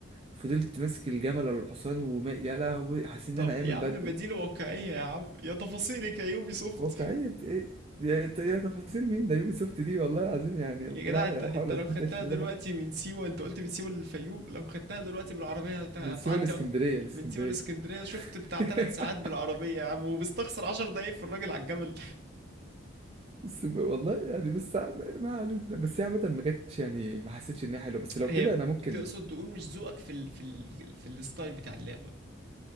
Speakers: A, on the right; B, on the right.
A: فضلت ماسك الجمل ولا الحصان وما يا لهوي حاسس ان
B: طب
A: انا عامل
B: يا عم
A: بدو
B: مدينة واقعية يا عم يا تفاصيلك يا يوبي سوفت
A: واقعيه ايه يا يا تفاصيل مين ده يوبي سوفت دي والله العظيم يعني الله
B: يا جدع انت
A: لا
B: انت
A: حول ولا
B: لو
A: قوه
B: خدتها
A: الا بالله
B: دلوقتي من سيوة انت قلت من سيوة للفيوم لو خدتها دلوقتي بالعربية هت- هتعدي
A: من سيوه لاسكندريه
B: اكتر
A: لاسكندريه
B: من سيوة لاسكندرية شفت بتاع
A: <laughs>
B: ثلاث ساعات بالعربية يا عم وبستخسر عشر دقايق في الراجل على الجمل
A: بس ب- والله يعني بس ما ما علينا بس هي عامة ما كانتش يعني ما حسيتش ان هي حلوه
B: <laughs>
A: بس لو
B: هي
A: كده انا ممكن
B: تقصد تقول مش ذوقك في ال... في ال... في الستايل بتاع اللعبة